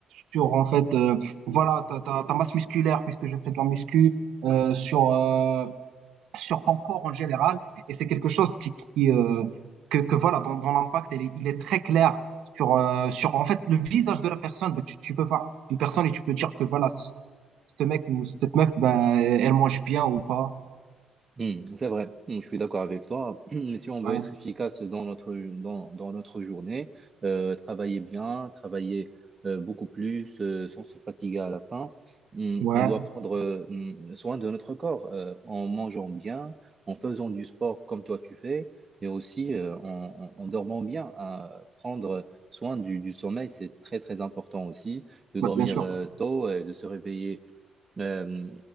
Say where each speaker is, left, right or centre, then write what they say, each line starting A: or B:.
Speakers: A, on the right (about 80°); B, on the right (about 30°).
A: sur en fait, euh, voilà, ta, ta, ta masse musculaire, puisque je fais de la muscu, euh, sur euh, sur ton corps en général. Et c'est quelque chose qui, qui, euh, que, que voilà, dans, dans l'impact, il, est- il est très clair sur, euh, sur en fait le visage de la personne. Bah, tu, tu peux voir une personne et tu peux dire que voilà, ce ce mec ou cette meuf, ben elle mange bien ou pas.
B: Hmm, c'est vrai, Hmm, je suis d'accord avec toi. <clears throat> Mais si on veut
A: Ouais,
B: être efficace dans notre, dans, dans notre journée, euh, travailler bien, travailler euh, beaucoup plus euh, sans se fatiguer à la fin, hmm,
A: ouais,
B: on doit prendre euh, hmm, soin de notre corps euh, en mangeant bien, en faisant du sport comme toi tu fais, et aussi euh, en, en- en dormant bien. hein. prendre soin du, du sommeil, c'est très très important aussi, de dormir
A: ouais, bien sûr.
B: euh, tôt et de se réveiller euh,